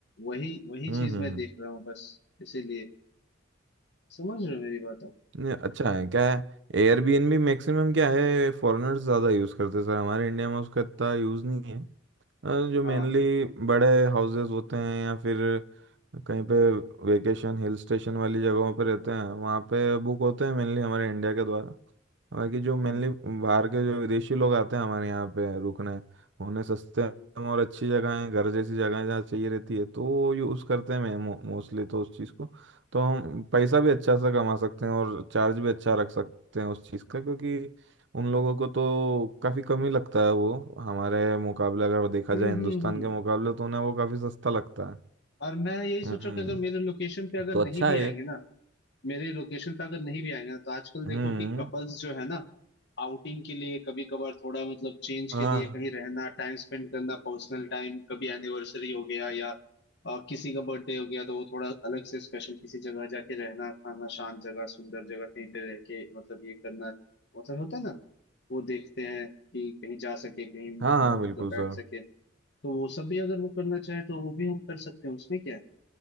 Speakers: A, on the left; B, on the right.
A: वही वही
B: हम्म
A: चीज
B: हम्म
A: मैं देख
B: हम्म।
A: रहा हूँ बस इसीलिए समझ रहे हो मेरी बात आप
B: नहीं, अच्छा है क्या है एयरबीएनबी मैक्सिमम क्या है फॉरेनर्स ज़्यादा यूज़ करते हैं सर हमारे इंडिया में उसका इतना यूज़ नहीं है अ, जो
A: हाँ
B: मेनली बड़े हाउसेस होते हैं या फिर कहीं पे वेकेशन हिल स्टेशन वाली जगहों पे रहते हैं वहाँ पे बुक होते हैं मेनली हमारे इंडिया के द्वारा बाकी जो
A: हाँ
B: मेनली बाहर के जो विदेशी लोग आते हैं हमारे यहाँ पे रुकने उन्हें सस्ते
A: हाँ।
B: में और अच्छी जगह है घर जैसी जगह है जहाँ चाहिए रहती है तो वो यूज़ करते हैं मोस्टली तो उस चीज़ को तो हम पैसा भी अच्छा सा कमा सकते हैं और चार्ज भी अच्छा रख सकते हैं उस चीज़ का क्योंकि उन लोगों को तो काफ़ी कम ही लगता है वो हमारे मुकाबले अगर देखा
A: हम्म
B: जाए हिंदुस्तान
A: हम्म हम्म
B: के मुकाबले तो उन्हें वो काफ़ी सस्ता लगता है
A: और मैं यही सोचा
B: हम्म
A: कि अगर मेरे लोकेशन पे अगर
B: तो
A: नहीं
B: अच्छा
A: भी
B: है
A: आएंगे
B: ये
A: ना मेरी लोकेशन पे अगर नहीं भी आएंगे ना तो आजकल
B: हम्म
A: देखो कि कपल्स जो है ना आउटिंग के लिए कभी कभार थोड़ा मतलब चेंज
B: हाँ
A: के लिए कहीं रहना टाइम स्पेंड करना पर्सनल टाइम कभी एनिवर्सरी हो गया या अ, किसी का बर्थडे हो गया तो वो थोड़ा अलग से स्पेशल किसी जगह जाके रहना खाना शांत जगह सुंदर जगह कहीं पे रह के मतलब ये करना मतलब होता है ना वो देखते हैं कि कहीं जा सके कहीं अ,
B: हाँ हाँ बिल्कुल
A: मतलब बैठ
B: सर
A: सके तो वो सब भी अगर वो करना चाहे तो वो भी हम कर सकते हैं उसमें क्या है